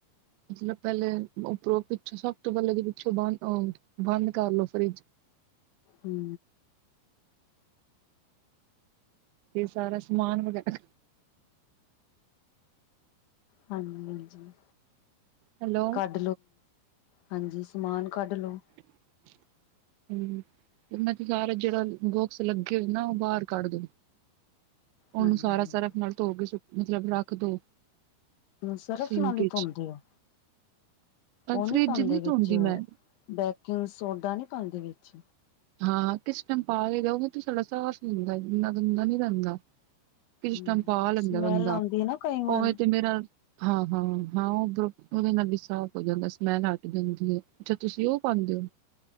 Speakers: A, on the right; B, on the left.
A: ਮਤਲਬ ਪੈਲੇ ਉੱਪਰੋਂ ਪਿੱਛੋਂ ਸਾੱਬ ਤੋਂ ਪੈਲੇ ਏਦੇ ਪਿੱਛੋਂ ਓ ਬੰਦ ਓ ਬੰਦ ਕਰਲੋ ਫ੍ਰੀਜ
B: ਹੂੰ।
A: ਤੇ ਸਾਰਾ ਸਮਾਨ ਵਗੈਰਾ
B: ਹਾਂਜੀ-ਹਾਂਜੀ।
A: ਹੈਲੋ
B: <unintelligible> ਹਾਂਜੀ ਸਮਾਨ ਕੱਢ ਲੋ।
A: <inaudible> ਹਮ ਮ <unintelligible> ਜਿਹੜਾ ਬੌਕਸ ਲੱਗੇ ਹੋਏ ਨਾ ਉਹ ਬਾਹਰ ਕੱਢ ਦੋ। ਉਨੂੰ
B: ਹਾਂਜੀ
A: ਸਾਰਾ
B: ਹਾਂਜੀ
A: ਸਰਫ ਨਾਲ ਧੋ ਕੇ ਸ ਮਤਲਬ ਰੱਖ ਦੋ।
B: ਸਰਫ
A: ਸਿੰਕ
B: ਨਾਲ ਹੀ
A: ਵਿੱਚ
B: ਧੋਂਦੇ ਹੋ ਉਹ
A: ਫਰਿੱਜ
B: ਨੀ ਪਾਦੇ
A: ਧੋਂਦੀ
B: ਵਿੱਚ
A: ਮੈਂ
B: ਬੇਕਿੰਗ ਸੋਡਾ ਨੀ ਪਾਦੇ ਵਿੱਚ।
A: ਹਾਂ ਕਿਸ ਟਾਈਮ ਪਾ ਲਈਦਾ ਉਵੇਂ ਤੇ ਸਾਡਾ ਸਾਫ਼ ਹੁੰਦਾ ਇੰਨਾ ਗੰਦਾ ਨੀ ਰਹਿੰਦਾ। ਕਿਸ
B: ਹਮ
A: ਟੈਮ ਪਾ ਲੈਂਦਾ
B: ਸਮੈਲ
A: ਬੰਦਾ
B: ਆਉਂਦੀ ਹੈ ਨਾ ਕਈ ਵਾਰ
A: ਉਵੇਂ ਤੇ ਮੇਰਾ ਹਾਂ-ਹਾਂ, ਹਾਂ ਉਦਰੋ ਉਦੇ ਨਾਲ ਵੀ ਸਾਫ਼ ਹੋ ਜਾਂਦਾ ਸਮੈਲ ਹਟ ਜਾਂਦੀ ਹੈ। ਅੱਛਾ ਤੁਸੀਂ ਉਹ ਪਾਉਂਦੇ ਹੋ